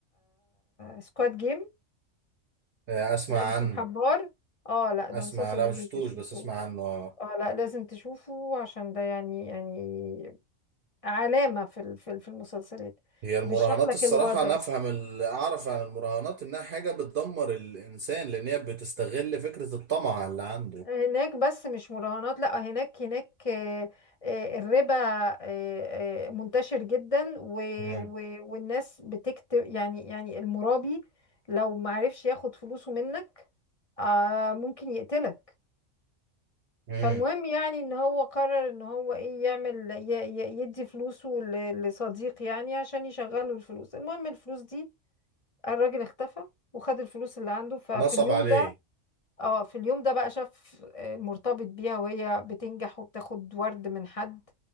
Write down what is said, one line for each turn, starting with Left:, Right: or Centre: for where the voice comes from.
Left: سكواد جيم
Right: آه، أسمع
Left: لعبه
Right: عنه
Left: الحبار اه لا
Right: أسمع
Left: ده مسلسل
Right: لا
Left: لازم
Right: مشفتوش
Left: تشوفه
Right: بس أسمع عنه آه
Left: اه لا لازم تشوفه عشان ده يعني يعني علامه في ال- في ال- في المسلسلات
Right: هي المراهنات
Left: وبيشرح لك
Right: الصراحة
Left: الوضع
Right: أنا أفهم اللي أعرف عن المراهنات إنها حاجة بتدمر الإنسان لأن هي بتستغل فكرة الطمع اللي عنده
Left: هناك بس مش مراهنات لا هناك هناك آه، آه، الربا آه، آه، منتشر جدا و
Right: مم.
Left: و والناس بتكتب يعني يعني المرابي لو معرفش ياخد فلوسه منك آه، ممكن يقتلك
Right: مم.
Left: فالمهم يعني ان هو قرر ان هو ايه يعمل ي- ي- يدي فلوسه ل- لصديق يعني عشان يشغله الفلوس المهم الفلوس دي الراجل اختفى وخد الفلوس اللي عنده ففي
Right: نصب
Left: اليوم
Right: عليه
Left: ده اه في اليوم ده بقى شاف آه، مرتبط بيها وهي بتنجح وبتاخد ورد من حد